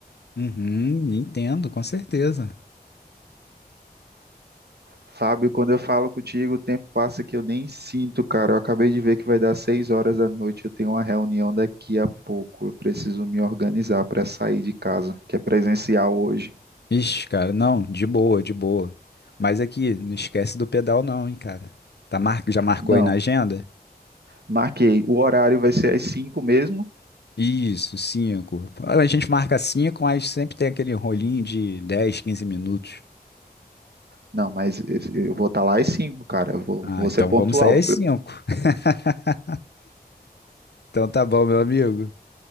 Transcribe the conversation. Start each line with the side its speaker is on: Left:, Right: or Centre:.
Left: Uhum, entendo, com certeza.
Right: Fábio, quando eu falo contigo, o tempo passa que eu nem sinto, cara. Eu acabei de ver que vai dar seis horas da noite, eu tenho uma reunião daqui a pouco. Eu preciso me organizar para sair de casa, que é presencial hoje.
Left: Ixi, cara, não, de boa, de boa. Mas aqui, não esquece do pedal não, hein, cara. Tá mar... Já marcou
Right: Não,
Left: aí na agenda?
Right: marquei. O horário vai ser às cinco mesmo.
Left: Isso, cinco. A gente marca cinco, mas sempre tem aquele rolinho de 10, 15 minutos.
Right: Não, mas eu vou estar lá às 5, cara. Eu vou,
Left: Ah,
Right: vou
Left: então
Right: ser pontual.
Left: vamos sair às 5. <laughs> Então tá bom, meu amigo.